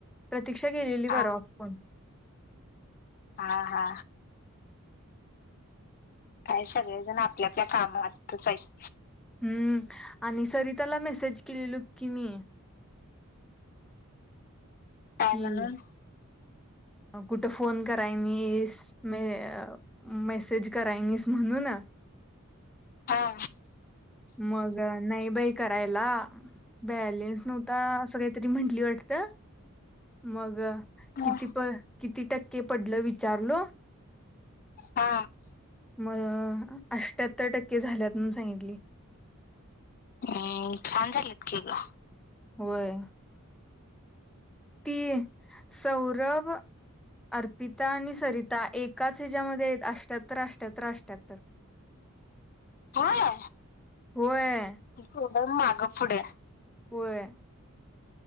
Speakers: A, in the centre; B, on the left.
A: प्रतीक्षा केलेली
B: हा
A: परवा फोन.
B: हा हा. काय सगळेजण आपल्या आपल्या कामातच हाईत.
A: हम्म, आणि सरिताला मेसेज केलेलो की मी.
B: काय
A: कि
B: म्हणून?
A: कुठं फोन करायनीस म मेसेज करायनीस म्हणून.
B: हा.
A: मग नाही बाई करायला, बॅलेन नव्हता असं काहीतरी म्हटली वा <unintelligible> मग.
B: हा,
A: किती प कि किती टक्के पडलं विचारलो.
B: हा.
A: म अष्टठ्याहत्तर टक्के झाल्यात म्हणून सांगितली.
B: हम् छान झालीत की ग.
A: होय. ती सौरभ, अर्पिता आणि सरिता एकाच ह्याच्यामध्ये आहेत. अष्ट्यात्तर अष्ट्यात्तर अष्ट्याहत्तर!
B: होय,
A: होय
B: तोंड माग पुड.
A: वय.